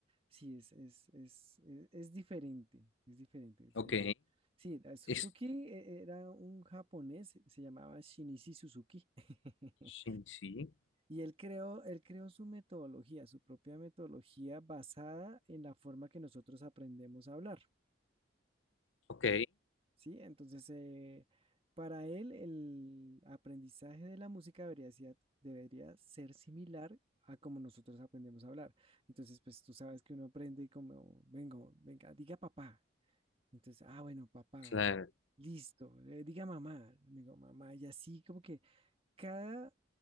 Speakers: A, on the right; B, on the left.
A: sí, es, es, es, es, es diferente, es diferente. es,
B: Ok,
A: eh, Sí, la Suzuki
B: es...
A: eh, era un japonés, se llamaba Shinichi Suzuki. <laughs>
B: Sí, sí,
A: Y él creó, él creó su metodología, su propia metodología basada en la forma que nosotros aprendemos a hablar,
B: ok.
A: ¿sí? Entonces, eh, para él, el aprendizaje de la música debería ser, debería ser similar a como nosotros aprendemos a hablar. Entonces, pues tú sabes que uno aprende como, vengo, venga, diga papá. Entonces, ah, bueno, papá,
B: Claro.
A: listo, eh, diga mamá, digo mamá, y así como que cada,